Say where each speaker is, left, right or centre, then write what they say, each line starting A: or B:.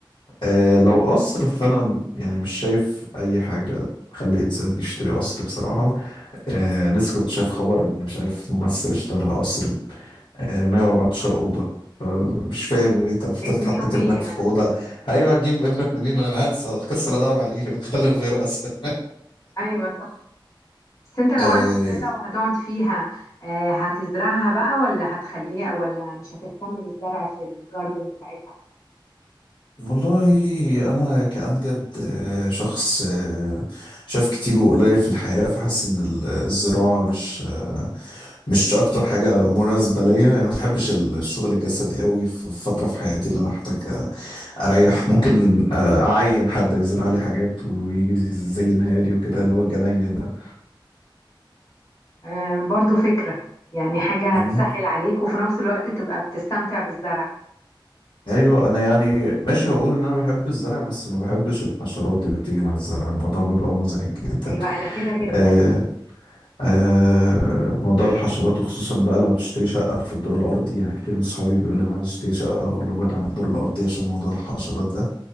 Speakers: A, on the left; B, on the left.
A: آه لو قصر فانا م- يعني مش شايف اي حاجه تخلي انسان يشتري قصر بصراحه آه لسه كنت شايف خبر ان مش عارف ممثل اشترى قصر ب آه 114 اوضه فمش فاهم ليه انت المفترض
B: أيام
A: حطيت
B: بيهم
A: ابنك
B: إيه يعني
A: في اوضه ايوه هتجيب ابنك منين انا هنسى كسل ادور عليه <laughs> خلي في غيره اسهل
B: أيوه صح بس أنت لو
A: <laughs>
B: عندك فيلا وهتقعد فيها آه، هتزرعها بقى ولا هتخليها ولا مش هتهتم بالزرع في الجاردن بتاعتها
A: والله انا كأمجد آه، شخص آه، شاف كتير وقليل في الحياة فحاسس ان ال- آه، الزراعة مش آه، مش اكتر حاجة مناسبة ليا يعني ما بحبش ال- الشغل الجسدي قوي في في فترة في حياتي اللي انا احتاج اريح ممكن آه، اعين حد يزرع لي حاجات ويجي زينها لي وكده اللي هو الجناين ده
B: آه، برضو فكرة يعني حاجة
A: مم.
B: هتسهل عليك وفي نفس الوقت تبقى بتستمتع بالزرع
A: ايوه انا يعني ماشي هقول ان انا بحب الزرع بس ما بحبش الحشرات اللي بتيجي مع الزرع الموضوع بيبقى مزعج جدا
B: أيوه أنا كده جدا
A: آه، آه موضوع الحشرات وخصوصا بقى لو هتشتري شقة في الدور الأرضي يعني كتير من صحابي بيقول لي أنا عايز أشتري شقة أقول له بعد عن الدور الأرضي عشان موضوع الحشرات ده